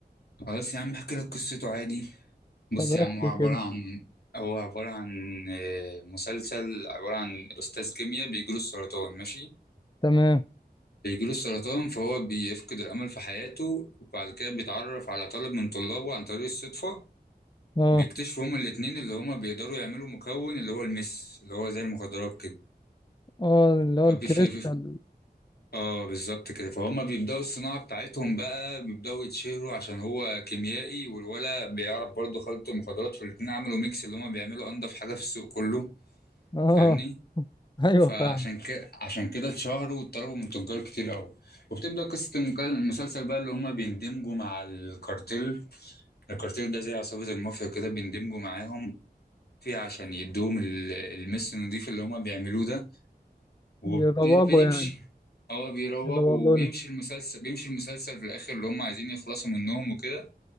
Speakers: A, on the left (about 70°); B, on the left (about 25°).
A: خلاص يا عم احكي لك قصته عادي بص
B: طب احكي
A: يا عم هو عبارة
B: كده
A: عن هو عبارة عن آه، مسلسل عبارة عن أستاذ كيمياء بيجيله السرطان ماشي
B: تمام
A: بيجيله السرطان فهو بيفقد الأمل في حياته وبعد كده بيتعرف على طالب من طلابه عن طريق الصدفة
B: اه
A: بيكتشفوا هما الاتنين اللي هما بيقدروا يعملوا مكون اللي هو المس اللي هو زي المخدرات كده
B: اه اللي هو الكريستال
A: بي- في اه بالظبط كده فهم بيبداوا الصناعه بتاعتهم بقى بيبداوا يتشهروا عشان هو كيميائي والولا بيعرف برضه خلط مخدرات فالاتنين عملوا ميكس اللي هما بيعملوا انضف حاجه في السوق كله
B: اه
A: فاهمني
B: <laughs> ايوه
A: فعشان
B: فاهم
A: كده عشان كده اتشهروا واتطلبوا من تجار كتير قوي وبتبدا قصه المك- المسلسل بقى اللي هما بيندمجوا مع الكارتيل الكارتيل ده زي عصابه المافيا كده بيندمجوا معاهم فيه عشان يدوهم ال- المس النضيف اللي هما بيعملوه ده وبتمشي
B: يروجوا يعني
A: اه بيروج
B: يروجوا
A: وبيمشي
B: لنا.
A: المسلسل بيمشي المسلسل في الاخر اللي هم عايزين يخلصوا منهم وكده